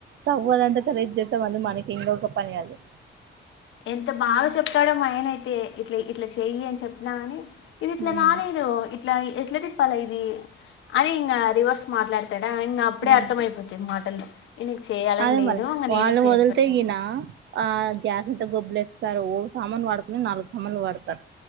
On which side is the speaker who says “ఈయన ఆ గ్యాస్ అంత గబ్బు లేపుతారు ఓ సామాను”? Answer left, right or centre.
Right